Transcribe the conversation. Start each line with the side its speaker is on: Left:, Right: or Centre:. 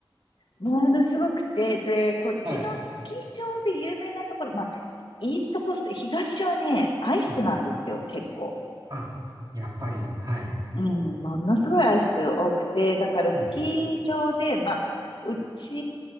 Left: ものすごくて、で、こっちのスキー場で有名なところ、
Right: <laughs> はい。
Left: まあ、イーストコースト、東はね、アイスなんですよ、
Right: うん
Left: 結構。
Right: あ、やっぱり、はい。
Left: うん、ものすごいアイス多くて、だからスキー場で、
Right: うん
Left: まあ、うち